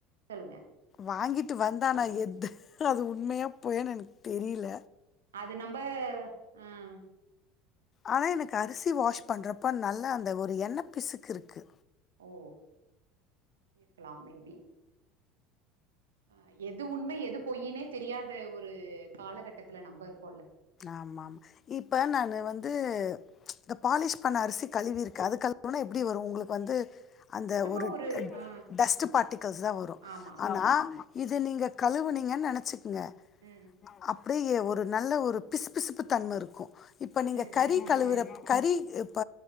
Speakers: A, on the right; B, on the left.
A: சொல்லுங்க
B: வாங்கி ட்டு வந்தா நா எது அது உண்மையா பொய்யானு எனக்கு தெரியல
A: அது நம்ப ஆஹ்
B: ஆனா எனக்கு அரிசி வாஷ் பண்றப்ப நல்ல அந்த ஒரு எண்ண பிசுக்கு இருக்கு
A: ஓ இருக்கலா மேபி ஆஹ் எது உண்மை எது பொய்யினே தெரியாத ஒரு காலகட்டத்தில நம்ப இருக்
B: ஆமா ஆமா இப்ப நானு வந்து இந்த பாலிஷ் பண்ண அரிசி கழுவி இருக்கு அது கழுவுனா எப்டி வரு உங்களுக்கு வந்து அந்த
A: சும்மா
B: ஒரு ட
A: ஆ
B: டஸ்ட்டு பார்ட்டிகல்ஸ்தா வரு
A: ஆமா
B: ஆனா
A: ஆமா
B: இத நீங்க கழுவுனீங்கன்னு நெனச்சுக் குங்க
A: ம்
B: அப் டியே ஒரு நல்ல ஒரு பிசுபிசுப்பு தன்மை இருக்கு இப்போ நீங்க
A: ம்
B: கறி
A: ம் ம்
B: கழுவுற
A: ம்
B: கறி ப்ப